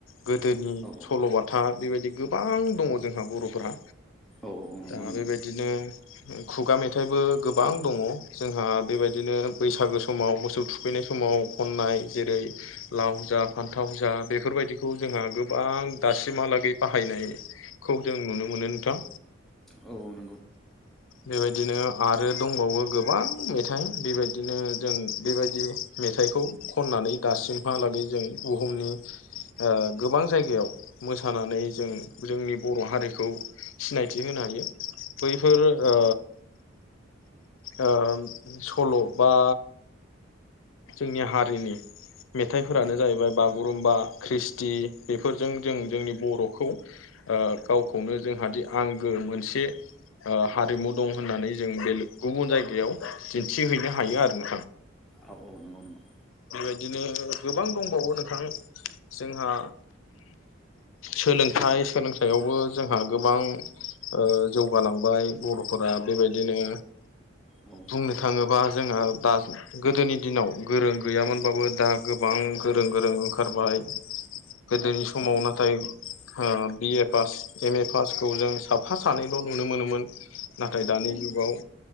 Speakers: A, on the left; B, in the centre.
A: गोदोनि
B: औ
A: सल बाथा बेबायदि गोबां दङ जोंहा बर'फोरा।
B: औ औ नंगौ
A: दा
B: नंगौ
A: बेबायदिनो खुगा मेथाइबो गोबां दङ जोंहा बेबायदिनो बैसागो समाव मोसौ थुखैनाय समाव खननाय जेरै लाव जा फान्थाव जा बेफोरबायदिखौ जोंहा गोबां दासिमहालागै बाहायनाय खौ जों नुनो मोनो नोंथां
B: औ औ नों
A: बेबायदिनो आरो दंबावो गो गोबां मेथाइ बेबायदिनो जों बेबायदि मेथाइखौ खननानै दासिमहालागै जों बुहुमनि ओ गोबां जायगायाव मोसानानै जों जोंनि बर' हारिखौ सिनायथि होनो हायो बैफोर
B: औ
A: ओ
B: औ
A: ओ सल बा जोंनि हारिनि मेथाइफोरानो
B: उम
A: जाहैबाय बागुरुम्बा ख्रिस्टि बेफोरजों जों जोंनि बर'खौ ओ गावखौनो जोंहादि आंगो मोनसे ओ हारिमु दं होननानै जों बेले गुबुन जायगायाव याव दिन्थि हैैनो हायो आरो ना
B: औ औ नंगौ नंगौ
A: बेबायदिनो गोबां दंबावो नोंथां जोंहा सोलोंथाइ सोलोंथायावबो जोंहा गोबां ओ जौगालांबाय बर'फोरा बेबायदिनो
B: औ
A: बुंनो थाङोबा जोंहा दा गोदोनि दिनाव गोरों गैयामोनबाबो दा गोबां गोरों गोरों ओंखारबाय गोदोनि समाव
B: औ
A: नाथाय बि ए पास एम ए पासखौ जों साफा सानैल' नुनो मोनोमोन नाथाय दानि
B: औ
A: जुगाव
B: नों